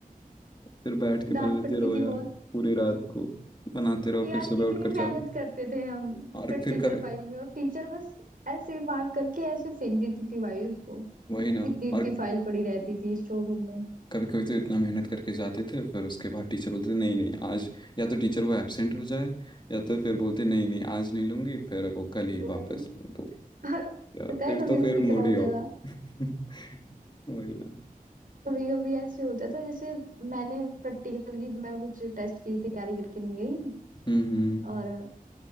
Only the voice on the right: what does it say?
डांट
पड़ती
थी
बहुत
यार
इतनी
मेहनत
करते थे हम
प्रैक्टिकल
फाइल में और टीचर बस ऐसे मार्क करके ऐसे फेंक देती थी भाई उसको
इतनी इतनी
फाइल पड़ी रहती थी स्टोर रूम में
वही
और
पता है
कभी
कभी
क्या होता
था
कभी कभी ऐसे होता था जैसे मैंने प्रैक्टिकल की मैं कुछ टेस्ट की तैयारी करके नहीं गई
और